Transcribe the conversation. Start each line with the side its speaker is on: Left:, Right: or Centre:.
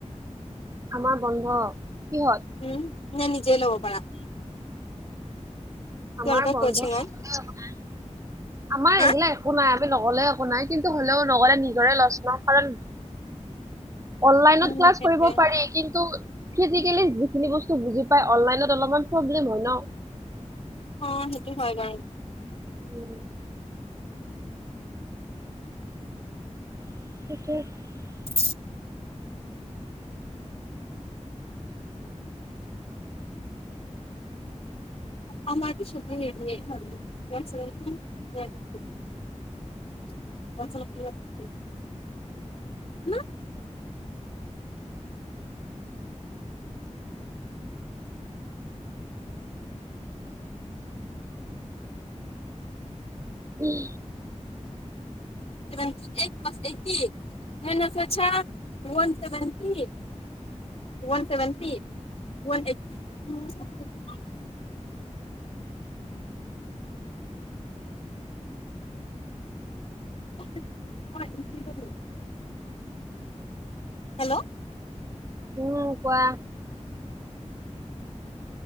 Right: আমাৰ বন্ধ। কিহত
Left: উম নে নিজেই ল'ব পাৰা? তোমালোকৰ
Right: আমাৰ বন্ধ
Left: কচিঙত
Right: <inaudible> লেও একো নাই। আমাৰ
Left: হা
Right: এইগিলা একো নাই। আমি নগলে বনাই কিন্তু হ'লেও নগ'লে নিজৰে লছ ন ' কাৰণ অনলাইনত
Left: উম
Right: ক্লাছ
Left: সেইটোৱে
Right: কৰিব পাৰি, কিন্ত ফিজিকেলি যিখিনি ব তো বুজি পায় অনলাইনত অলপমান প্ৰব্লেম হয় ন।
Left: অ, সেইটো হয় বাৰু।
Right: উম, <inaudible>
Left: <unintelligible> <inaudible> <unintelligible> <unintelligible> <inaudible>
Right: উম,
Left: <unintelligible> এইট প্লাছ এইটি। মেনে চছা one seventy one seventy, one এই <unintelligible> <inaudible> <unintelligible> হেল্ল'?
Right: উম, কোৱা।